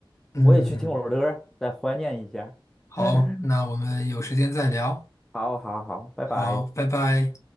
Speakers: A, on the left; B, in the centre.
A: 嗯，
B: 我也去听会儿歌儿，再怀念一下。
A: 好，
B: <laughs>
A: 那我们有时间再聊。
B: 好，好，好，拜拜。
A: 好，拜拜。